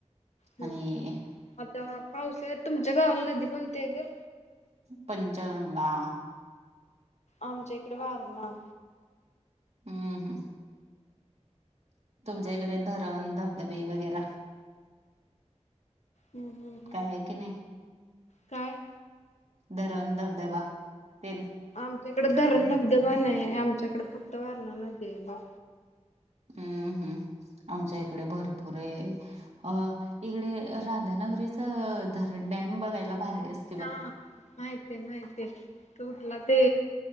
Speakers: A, on the left; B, on the right.
A: हूं
B: आणि
A: हूं, आता पावसाळ्यात तुमच्या गावाला नदी कोणती ए गं?
B: पंचगंगा.
A: आमच्या ईकडं वारणा.
B: हूं हू. तुमच्या ईकडे धरण धबधबे वगैरा?
A: हू हू.
B: काय हाय की नई?
A: काय?
B: धरण, धबधबा तेन
A: आमच्याकडं धरण धबधबा नाहीये, आमच्याकडं फक्त वारणा नदीये बघ.
B: हम्म हू, आमच्या इकडे भरपूरये. अं इकडे, राधानगरीचंं धरण, डॅम बघायला भारी अस
A: हा. माहितीये माहितीये, कुठला ते